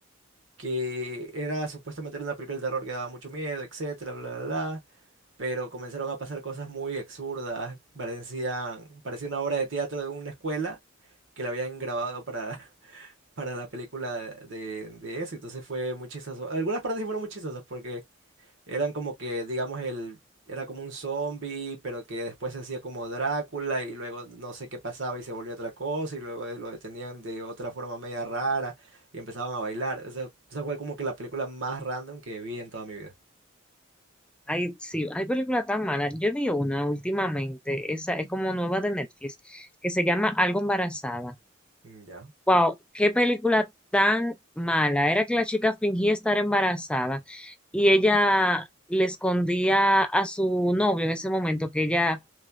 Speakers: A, on the right; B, in the centre.
A: que era supuestamente una película de terror que daba mucho miedo, etcétera, bla, bla, bla, pero comenzaron a pasar cosas muy absurdas, parecían, parecía una obra de teatro de una escuela que la habían grabado para <laughs> para la película de, de eso. Entonces fue muy chistoso. Algunas partes sí fueron muy chistosas porque eran como que, digamos, el, era como un zombie, pero que después se hacía como Drácula y luego no sé qué pasaba y se volvió otra cosa y luego de- lo detenían de otra forma media rara y empezaban a bailar. O sea, esa fue como que la película más random que vi en toda mi vida.
B: Ay, sí, hay películas tan malas. Yo vi una últimamente, esa es como nueva de Netflix, que se llama Algo Embarazada.
A: Mm, Ya.
B: Wow, qué película tan mala. Era que la chica fingía estar embarazada y ella le escondía a su novio en ese momento que ella